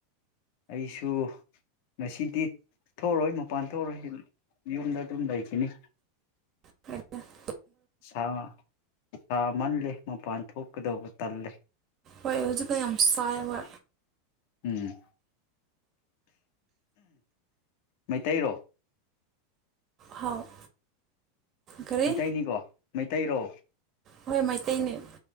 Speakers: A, on the left (about 60°); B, on the right (about 40°).
A: ꯑꯩꯁꯨ ꯉꯁꯤꯗꯤ ꯊꯣꯛꯔꯣꯏ ꯃꯄꯥꯟ ꯊꯣꯛꯑꯣꯏ ꯌꯨꯝꯗ ꯑꯗꯨꯝ ꯂꯩꯈꯤꯅꯤ
B: <inaudible>
A: ꯁꯥ ꯆꯃꯜꯂꯦ ꯃꯄꯥꯟ ꯊꯣꯛꯀꯗꯧꯕ ꯇꯜꯂꯦ
B: ꯍꯣꯏ ꯍꯧꯖꯤꯛꯀ ꯌꯥꯝ ꯁꯥꯏ ꯍ
A: ꯎꯝ ꯃꯩꯇꯩꯔꯣ
B: ꯍꯥꯎ ꯀꯔꯤ
A: ꯃꯩꯇꯩꯅꯤꯀꯣ ꯃꯩꯇꯩꯔꯣ
B: ꯍꯣꯏ ꯃꯩꯇꯩꯅꯦ